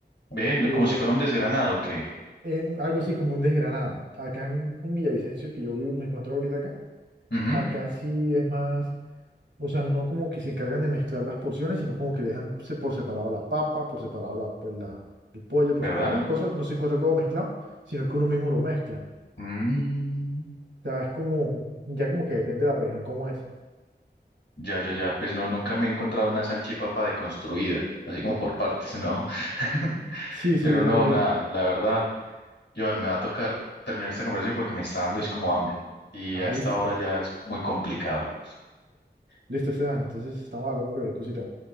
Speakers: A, on the left (about 80°); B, on the right (about 80°).
A: Ven,
B: eh,
A: como si fuera un desgranado, ¿qué?
B: eh, algo así como un desgranado. Acá en, en Villavicencio, que yo vivo, me encuentro ahorita acá,
A: Ujú,
B: acá sí es más, o sea, no como que se encargan de mezclar las porciones, sino como que dejan se- por separado la papa, por separado la, pues, la- el pollo,
A: ¿verdad?
B: por separado las cosas, no se encuentra todo mezclado, sino que uno mismo lo mezcla. O
A: Mm,
B: sea, es como, ya como que depende de la región cómo es.
A: ya, ya, ya, pues no, nunca me he encontrado una salchipapa deconstruida, así como por partes, no. <laughs>
B: Sí, sí,
A: Pero
B: yo,
A: no,
B: me- yo,
A: nada, la verdad. Joan, me va a tocar terminar esta conversación porque me está dando es como hambre y
B: ah,
A: a esta
B: listo,
A: hora ya es muy complicado.
B: listo, Esteban, entonces estamos hablando de cualquier cosita.